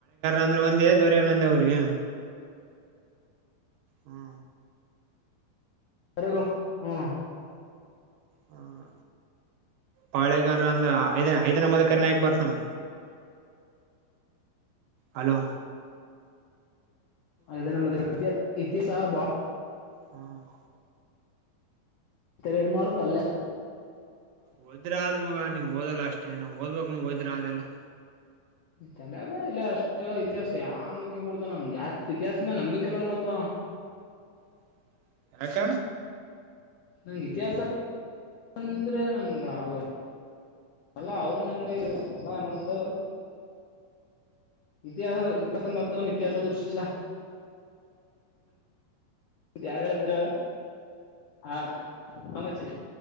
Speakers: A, on the right; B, on the left.
A: ಅಂದ್ರೆ ಒಂದೇ ದೊರ್ಯಂದೇ ಅವ್ರಿಗೆ ಹ್ಮ
B: ಸರೆ ಹ್ಮ
A: ಹ ಪಾಳೆಗಾರ ಅಂದ್ರೆ ಐದ
B: ಎಷ್ಟು
A: ಐದನೇ ಮದಕರೆ ನಾಯ್ತು ತನ ಹಲೋ
B: ಐದೇ
A: ಹಲೋ
B: ನಂಬದ ಇತಿ ಇತಿಾಸಹ ಬಾಳ
A: ಹ್ಮ್
B: ತೆರ ಇದು್ ಮಾಡತ ಅಲ್ಲ
A: ಹೋದ್ರ ಆದ ಮಗ ನೀ ಓದಲ್ಲ ಅಷ್ಟೇ ನಾವ ಓದ್ಬೇಕ ೋದ್ರ ಅದೆಲ್ಲಾ
B: ತಲೆ ಬರ ಇಲ್ಲ ಅಷ್ಟೆಲ್ಲಾ ಇತಿಹಾಸ ಯಾನ್ಡ ಕೊಡ್ತ ನನ್ಗೆ ಜಾಸ್ತಿ ಇತಿಹಾಸ ಮೇಲೆ ನಂಬಿಕಿಲ್ಲ ನೋಡಪ್ಪಾ
A: ಹ ಯನಕ್ಕ
B: ನಂಗೆ ಇತಿಹಾಸ ಅಂದ್ರೆ ನನ್ಗೆ ಅವ ಅಲ್ಲಾ ಅವನ್ಂಗ ಅಲ್ಲಸ ಇತಿಹಾಸ ಇತಿಹಾಸರ್ಥವನ್ನು ಇತಿಹಾಸ
A: ಹ್ಮ್
B: ಸೃಷ್ಟಿಸಿಲ್ಲ ಮ ಯಾರ ಹಳ್ತಾರ ಹಾ ಹಮಚ್ಚಿ